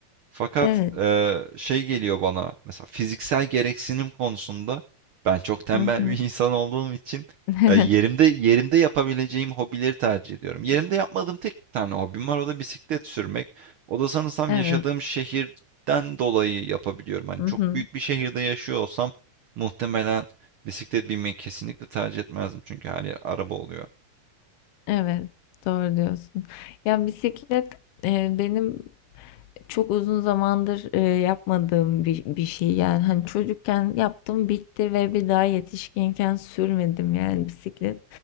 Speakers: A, on the right; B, on the left.
A: Fakat
B: Evet.
A: eee, şey geliyor bana mesela fiziksel gereksinim konusunda ben çok tembel
B: Hı hı.
A: bir <laughs> insan olduğum için
B: <laughs>
A: eee, yerimde yerimde yapabileceğim hobileri tercih ediyorum. Yerimde yapmadığım tek bir tane hobim var o da bisiklet sürmek. O da sanırsam
B: Evet.
A: yaşadığım şehirden dolayı yapabiliyorum. Hani
B: Hı
A: çok
B: hı.
A: büyük bir şehirde yaşıyor olsam muhtemelen bisiklet binmeyi kesinlikle tercih etmezdim çünkü her yer araba oluyor.
B: Evet. Doğru diyorsun. Ya bisiklet, eee, benim çok uzun zamandır e, yapmadığım bir, bir şey yani hani çocukken yaptım bitti ve bir daha yetişkinken sürmedim yani bisiklet.